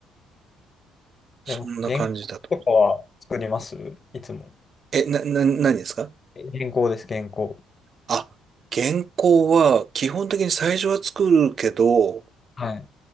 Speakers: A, on the right; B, on the left.
A: そんな感じだと。
B: でも、原稿とかは作りますいつも。
A: え、な、な、何ですか
B: え原稿です、原稿。
A: あ、原稿は基本的に最初は作るけど、
B: はい。